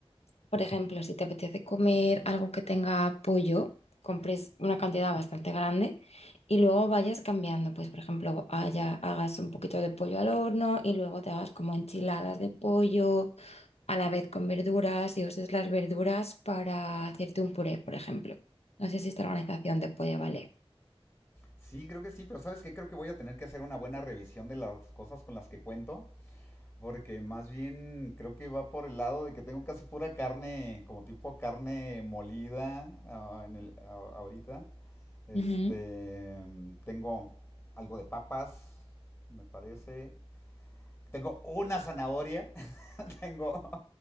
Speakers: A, on the left (about 80°); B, on the left (about 25°).
A: Por ejemplo, si te apetece comer algo que tenga pollo, compres una cantidad bastante grande y luego vayas cambiando. Pues, por ejemplo, haya- hagas un poquito de pollo al horno y luego te hagas como enchiladas de pollo a la vez con verduras y uses las verduras para hacerte un puré, por ejemplo. No sé si esta organización te puede valer.
B: Sí, creo que sí, pero ¿sabes qué? Creo que voy a tener que hacer una buena revisión de las cosas con las que cuento Porque más bien creo que va por el lado de que tengo casi pura carne, como tipo carne molida ah, en el- a- ahorita. Este,
A: Ujú.
B: tengo algo de papas, me parece. Tengo una zanahoria, <laughs> tengo